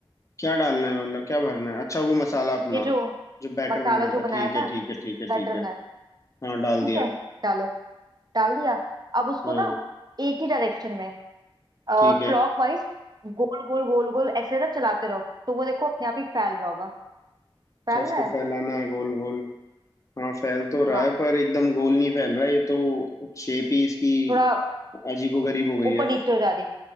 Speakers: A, on the left; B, on the right.
A: क्या डालना है मतलब क्या भरना है अच्छा वो मसाला
B: ये
A: अपना
B: ये जो
A: जो बैटर
B: मसाला
A: बनाया
B: जो
A: था
B: बनाया
A: ठीक है
B: था
A: ठीक है ठीक है ठीक
B: बैटर
A: है
B: बनाया
A: हाँ डाल
B: ठीक
A: दिया
B: है डालो डाल दिया अब उसको
A: हाँ
B: ना एक ही डायरेक्शन में क्लॉक
A: ठीक है
B: वाइज गोल गोल गोल गोल ऐसे ना चलाते रहो तो वो देखो अपने आप ही फैल रहा होगा
A: अच्छा
B: फैल
A: उसको
B: रहा है
A: फैलाना है गोल गोल हाँ फैल तो रहा
B: हाँ
A: है पर एकदम गोल नहीं फैल रहा है ये तो शेप ही इसकी
B: थोड़ा
A: अजीबोगरीब हो गई
B: ऊपर
A: है
B: नीचे हो जा रही